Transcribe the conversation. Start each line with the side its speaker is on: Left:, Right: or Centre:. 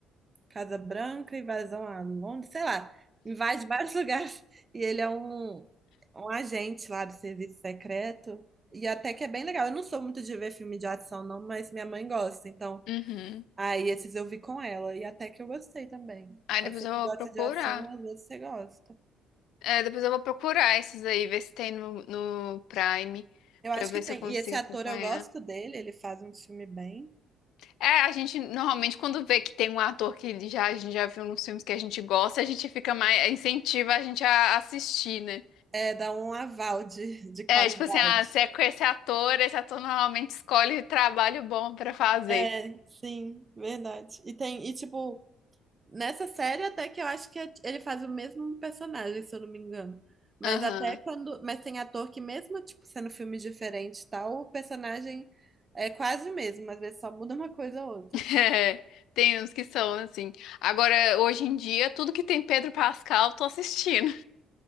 Right: Casa Branca, invasão a Londres, sei lá, invade vários <laughs> lugares. E ele é um, um agente lá do serviço secreto. E até que é bem legal. Eu não sou muito de ver filme de ação, não, mas minha mãe gosta. Então,
Left: Uhum.
Right: aí esses eu vi com ela. E até que eu gostei também.
Left: Aí
Right: Você
Left: depois eu
Right: que
Left: vou
Right: gosta
Left: procurar.
Right: de ação, às vezes você gosta.
Left: É, depois eu vou procurar esses aí, ver se tem no, no Prime,
Right: Eu
Left: pra
Right: acho
Left: ver
Right: que tem.
Left: se eu consigo
Right: E esse ator,
Left: acompanhar.
Right: eu gosto dele, ele faz um filme bem.
Left: É, a gente normalmente quando vê que tem um ator que já, a gente já viu nos filmes que a gente gosta, a gente fica mais, incentiva a gente a assistir, né?
Right: É, dá um aval de, de qualidade.
Left: É, tipo assim, ah, se é com esse ator, esse ator normalmente escolhe trabalho bom pra fazer.
Right: É, sim, verdade. E tem, e tipo, Nessa série, até que eu acho que é, ele faz o mesmo personagem, se eu não me engano. Mas
Left: Aham.
Right: até
Left: <laughs>
Right: quando. Mas tem ator que, mesmo, tipo, sendo filme diferente e tal, o personagem é quase o mesmo, às vezes só muda uma coisa ou outra.
Left: É, tem uns que são assim. Agora, hoje em dia, tudo que tem Pedro Pascal, eu tô assistindo.